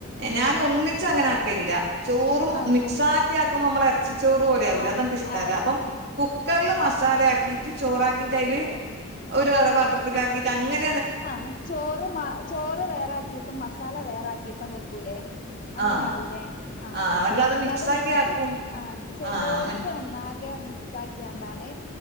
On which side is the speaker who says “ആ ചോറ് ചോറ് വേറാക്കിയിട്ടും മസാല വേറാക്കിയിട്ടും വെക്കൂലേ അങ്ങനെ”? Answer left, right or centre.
Left